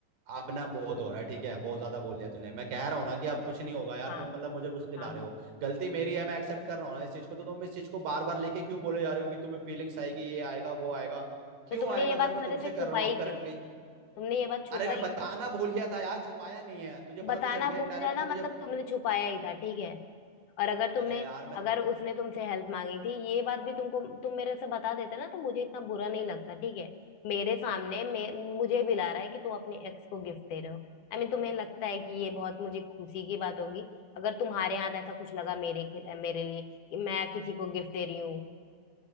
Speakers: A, on the right; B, on the left.
A: अब ना बहुत हो रहा है ठीक है बहुत ज्यादा बोल दिया तूने मैं कह रहा हूँ ना कि अब कुछ नहीं होगा यार
B: हाँ
A: तुम मतलब मुझे गुस्से दिला
B: हाँ हाँ
A: रहे हो गलती मेरी है मैं एक्सेप्ट कर रहा हूँ ना इस चीज को तो तुम इस चीज को बार बार लेके क्यों बोले जा रहे हो कि तुम्हें फीलिंग्स आएगी ये आएगा वो आएगा क्यों
B: तो तुमने
A: आएगा
B: ये बात
A: जब मैं तुमसे
B: मेरे से
A: कर
B: छुपाई
A: रहा हूँ अब करंटली
B: क्यों तुमने ये बात छुपाई
A: अरे मैं बताना
B: क्यों
A: भूल गया था यार छुपाया नहीं है तुझे पता
B: बताना
A: तो चल गया
B: भूल
A: इनडायरेक्ट
B: जाना
A: मैं
B: मतलब
A: तुझे
B: तुमने छुपाया ही था ठीक है और अगर तुमने
A: अरे यार मैं
B: अगर उसने तुमसे हेल्प मांगी थी ये बात भी तुमको तुम मेरे से बता देते ना तो मुझे इतना बुरा नहीं लगता ठीक है मेरे सामने मे, मुझे भी ला रहा है कि तुम अपने एक्स को गिफ्ट दे रहे हो आई मीन तुम्हें लगता है कि ये बहुत मुझे खुशी की बात होगी अगर तुम्हारे हाथ ऐसा कुछ लगा मेरे खिल- मेरे लिए कि मैं किसी को गिफ्ट दे रही हूँ